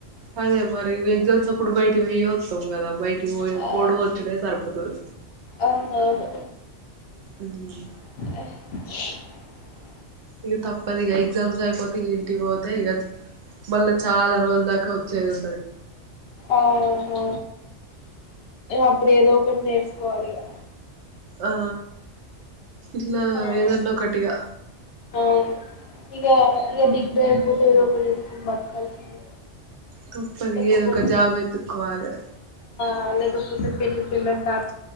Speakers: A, on the right; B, on the left.
A: అదే మరి ఎగ్జామ్స్ అప్పుడు బయటి పోయయి వస్తాం కదా బయటికి పోయి
B: ఆ
A: పోడు వచ్చుడ సరిపోతుంది
B: అవునవును
A: ఉమ్మ్
B: <inaudible>
A: ఇగ తప్పదు. ఇగ ఎగ్జామ్స్ అయిపోతే, ఇగ ఇంటికి పోతే, ఇగ మళ్లా చాలా రోజుల దాకా వచ్చేది ఉం.
B: ఆ అవును. అప్పుడేదో ఒకటి నేర్చు. కోవాలిగా!
A: ఆ ఇట్లా,
B: ఆ
A: ఏదన్నా ఒకటిగా
B: అవును ఇగ, ఇగ డిగ్రీ ఐపోతే, ఏదో ఒకటి చేసుకొని బతకాల్సిందే.
A: తప్పదు
B: లేకపోతే
A: ఇగ, ఏదో ఒక జాబ్ వెతుక్కోవాలి.
B: ఆ లేకపోతే పెళ్ళి, పెళ్ళిఅని టార్చ